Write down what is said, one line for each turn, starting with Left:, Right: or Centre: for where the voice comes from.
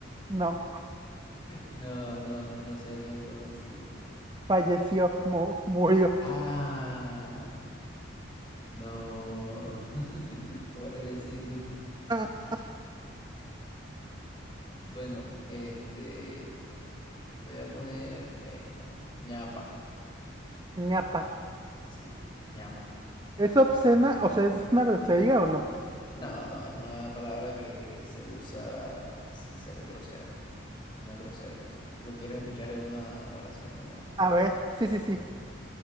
Right: no,
Left: No, no, no sé, me doy por vencido.
Right: falleció, mu- murió.
Left: Ah, no. <laughs> Pobre vecino.
Right: <laughs>
Left: Bueno, este, te voy a poner esta. ñapa.
Right: ñapa.
Left: Sí, ñapa.
Right: ¿Es obscena? O sea, ¿es una grosería o no?
Left: No, no, es una palabra que se usa sin ser grosera. No es grosera. Si ¿Lo quieres escuchar en una oración o algo?
Right: A ver, sí, sí, sí.